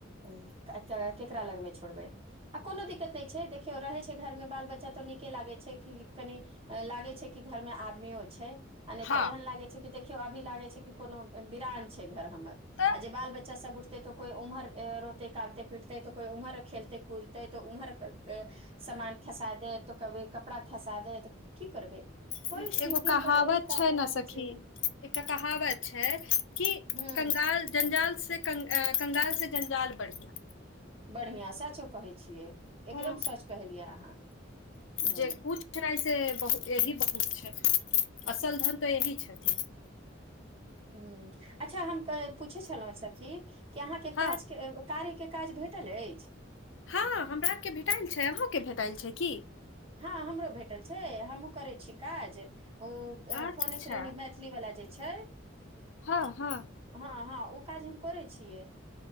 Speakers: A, on the right (about 30°); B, on the left (about 75°).
A: <unintelligible> केकरा लग में छै छोड़बै आ कोनो दिक्कत न छै देखियो रहे छै घर में बाल बच्चा तऽ नीके लागे छै कि कनि लागे छै कि घर में आदमी यो छै आ नै
B: हँ
A: तऽ एहन लागे छै देखियो अभी लागे छै कि कोनो विरायन छै घर हमर
B: तऽ
A: आ जे बाल बच्चा सब उठतै तऽ कोई उम्हर रोते कानते पीटे तऽ कोई उम्हर खेलते कूदते तऽ उम्हर सामान खेसा देतऽ कभी कपड़ा खेसा देतऽ की करबै
B: से
A: करै छियै
B: एगो
A: दिन
B: कहावत
A: भरि एहि काजमे
B: छै न
A: लागै
B: सखी
A: छियै
B: एकटा कहावत छै कि
A: हूँ
B: कंगाल जंजाल से कंगाल से जैजाल बड़ियाँ
A: बड़ियाँ सचो कहै छियै एकदम
B: हँ
A: सच कहलियै अहाँ हूँ
B: जे किछ न से बहु ऐही बहुत छै असल धन तऽ ऐही छथि
A: हु अच्छा हम क पूछै छलौं सखी कि अहाँकेँ
B: हँ
A: काज केँ कार्यकेँ काज भेटल ऐछ
B: हँ हमरा केँ भेटाइल छै अहूँकेँ भेटाइल छै की
A: हँ हमरो भेटल छै हमहुँ करै छी काज ओ
B: अच्छा
A: फोने फ्रेन्ड मैथिली वला जे छै
B: हँ हँ
A: हँ हँ ओ काज हम करे छिये